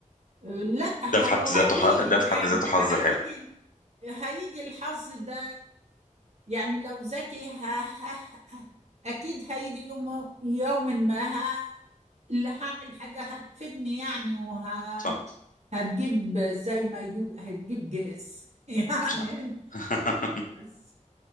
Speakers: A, on the right; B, on the left.
A: لا ه-
B: ده في حد
A: وهتيجي
B: ذاته ح... ده في
A: يعني
B: حد ذاته حظ
A: هيجي
B: حلو
A: هيجي الحظ ده يعني لو ذكي ه... ه... اكيد هيجي يوم يوم ما ه... اللي هعمل حاجه هتفيدني يعني وه...
B: صح
A: هتجيب زي ما يجيب هتجيب جاز <laughs> يعني
B: صح <laughs>
A: بس